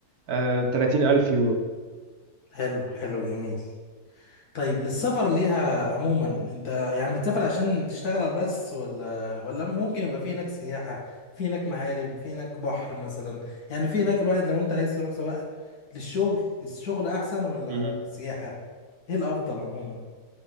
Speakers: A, on the right; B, on the left.
A: آه، 30000
B: حلو حلو جميل طيب السفر ليها عموما انت يعني بتسافر عشان تشتغل بس ولا ولا ممكن يبقى في هناك سياحة في هناك معالم في هناك بحر مثلا يعني في هناك الواحد لو انت عايز تروح سواء للشغل الشغل احسن ولا
A: يورو
B: سياحة ايه الافضل عموما